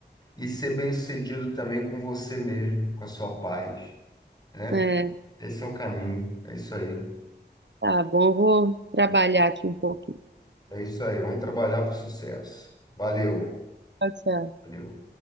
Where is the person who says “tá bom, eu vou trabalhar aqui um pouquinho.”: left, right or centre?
Right